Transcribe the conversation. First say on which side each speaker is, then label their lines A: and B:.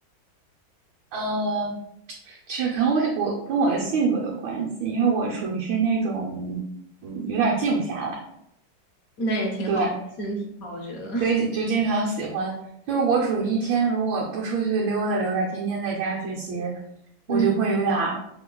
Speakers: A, on the right; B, on the left.
A: 呃，其实可能我我跟我的性格有关系，因为我属于是那种嗯有点静不下来，
B: 那也挺好，
A: 对。
B: 身体好，我觉得，
A: 所以就经常喜欢，就是我属于一天如果不出去溜达溜达，天天在家学习，
B: <laughs>
A: 我就会有点儿，
B: 嗯，